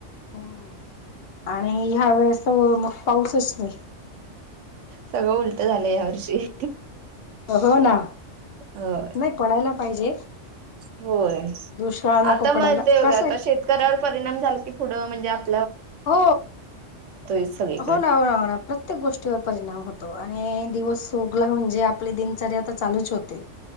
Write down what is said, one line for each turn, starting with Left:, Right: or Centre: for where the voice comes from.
Left: हम आणि ह्या वेळेस मग पाऊसच नाही.
Right: सगळं उलट झालं या वर्षी,
Left: हो ना
Right: हो
Left: नाही पडायला पाहिजे.
Right: होय
Left: दुष्काळ नको
Right: आता म्हणते
Left: पडायला कसं
Right: बघ आता
Left: आहे
Right: शेतकऱ्यावर परिणाम झाला की पुढं म्हणजे आप
Left: हो
Right: सगळीकडे
Left: हो ना हो ना हो ना प्रत्येक गोष्टीवर परिणाम होतो आणि दिवस उगला म्हणजे आपली दिनचर्या तर चालूच होते.